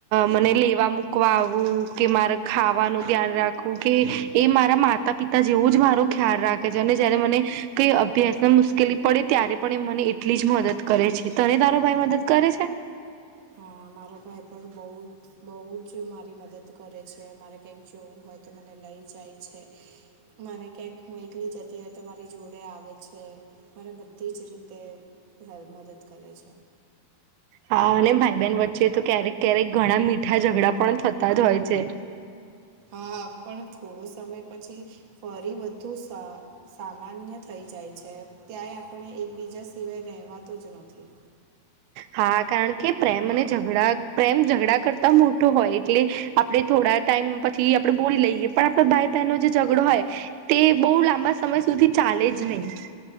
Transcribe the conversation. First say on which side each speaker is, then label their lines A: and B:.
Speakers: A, on the right (about 85°); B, on the right (about 55°).
A: મને લેવા મૂકવા આવવું કે મારે ખાવાનું ધ્યાન રાખવું કે એ મારા માતા માતા પિતા જેવું જ મારો ખ્યાલ રાખે છે અને જયારે મને કઈ અભ્યાસમાં મુશ્કેલી પડે ત્યારે પણ એ મને એટલી જ મદદ કરે છે, તને તારો ભાઈ મદદ કરે છે.
B: હા મારો ભાઈ પણ બહુ બહુ જ મારી મદદ કરે છે, મારે ક્યાંઈક જોવું હોય તો મને લઈ જાય છે. મને ક્યાંક હું એકલી જતી હોય તો મારી જોડે આવે. છે મારે બધી જ રીતે હ મદદ કરે છે.
A: હા અને ભાઈ બહેન વચ્ચે તો ક્યારેક ક્યારેક ઘણા મીઠા ઝઘડા પણ થતા જ હોય છે.
B: હા પણ થોડો સમય પછી ફરી બધુ સા સામાન્ય થઈ જાય છે ત્યાંય આપણે એકબીજા સિવાય રહેવાતું જ નથી.
A: હા કારણ કે પ્રેમ અને ઝઘડા પ્રેમ ઝઘડા કરતા મોટો હોય એટલે આપડે થોડા ટાઈમ પછી આપડે બોલી લઈએ પણ આપણા ભાઈ બહેનનો જે ઝઘડો હોય તે બહુ લાંબા સમય સુધી ચાલે જ નહીં.